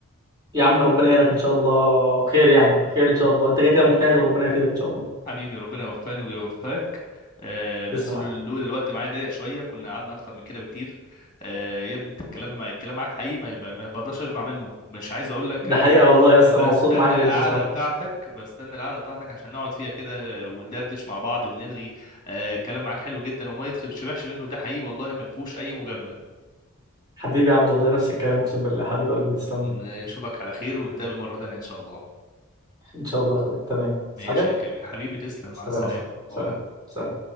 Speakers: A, on the right (about 20°); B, on the left (about 20°).
A: يا عم ربنا يعينك إن شاء الله خير يعني خير إن شاء الله أنت كده كده مجتهد وربنا يفيدك إن شاء الله
B: حبيبي ربنا يوفقني ويوفقك آه بس
A: تسلم
B: لول-
A: يا عبد
B: لولا الوقت معايا ضيق شويه كنا قعدنا اكتر من كده بكتير آه يا ابني انت الكلام مع الكلام معاك حقيقي ما, ما ما بقدرش اشبع منه مش عايز اقول لك
A: ده
B: انا
A: حقيقة والله يا اسطى
B: بستنى
A: أنا مبسوط معاك جدا
B: القعده
A: صراحة
B: بتاعتك بستنى القعده بتاعتك عشان نقعد فيها كده وندردش مع بعض ونرغي آه كلام معاك حلو جدا وما يتخ- يشبعش منه ده حقيقي والله ما فيهوش اي مجامله
A: حبيبي يا عبد والله نفس الكلام اقسم بالله حبيب قلبي تسلم
B: نشوفك
A: لي
B: على خير ونتقابل مره تانيه ان شاء الله
A: ان شاء الله يا اخويا تمام
B: ماشي
A: بس حاجه
B: يا كبير حبيبي تسلم
A: سلام
B: مع السلامه
A: يا صاحبي
B: باي
A: سلام سلام